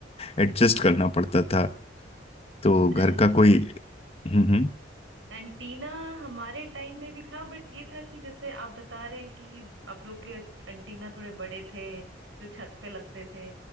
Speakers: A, on the left; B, on the right.
A: एडजस्ट
B: हाँ
A: करना पड़ता था तो घर
B: एंड
A: का कोई हम्म हम्म
B: एंटीना हमारे टाइम में भी था बट ये था कि जैसे आप बता रहे हैं कि आप लोग के एंटीना थोड़े बड़े थे जो छत पे लगते थे